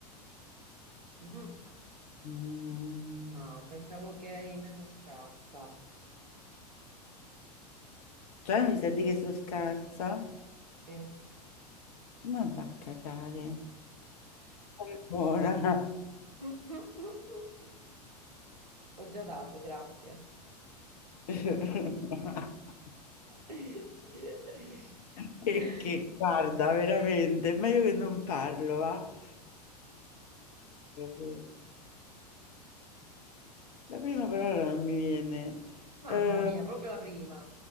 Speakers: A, on the right; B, on the left.
A: <laughs>
B: Mm,
A: Mhm. No, pensavo che eri meno scarsa.
B: Cioè, mi sa di che sono scarsa?
A: Sì.
B: Ma va a cagare. Ancora.
A: <laughs> Ho già dato, grazie.
B: <laughs>
A: <laughs>
B: Che, che- guarda, veramente, è meglio che non parlo, va? La prima parola non mi viene.
A: Mamma
B: Eh,
A: mia, proprio la prima.